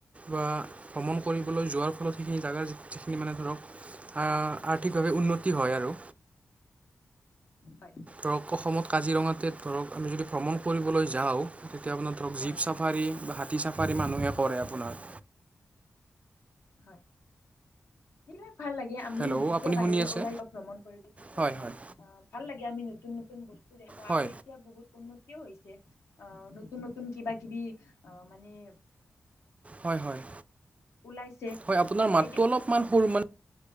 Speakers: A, on the right; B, on the left.
A: বা ভ্ৰমণ কৰিবলৈ যোৱাৰ ফলত সিখিনি জেগা যিখিনি মানে ধৰক আ-আৰ্থিকভাৱে উন্নতি হয় আৰু।
B: হয়,
A: ধৰক অসমত কাজিৰঙাতে ধৰক আমি যদি ভ্ৰমণ কৰিবলৈ যাওঁ তেতিয়া আপোনাৰ ধৰক
B: হয়
A: জীপ চাপ চাফাৰী বা হাতী চাফাৰী মানুহে
B: হয়
A: কৰে আপোনাৰ।
B: হয়, সিবিলাক ভাল লাগে, আমি
A: হেল্ল'
B: যেতিয়া
A: আপুনি
B: বাহিৰলৈ
A: শুনি আছে
B: ওলাই যাও ভ্ৰমণ কৰিবি তেতিয়া
A: হয়
B: আমাৰ
A: হয়
B: অ, ভাল লাগে আমি নতুন নতুন বস্তু দেখাওঁ
A: হয়
B: আৰু এতিয়া বহুত উন্নত হৈছে আহ নতুন নতুন কিবা কিবি আহ মানে
A: হয়-হয়,
B: ওলাইছে
A: হয়, আপোনাৰ মাতটো
B: এতিয়া
A: অলপমান সৰু মানে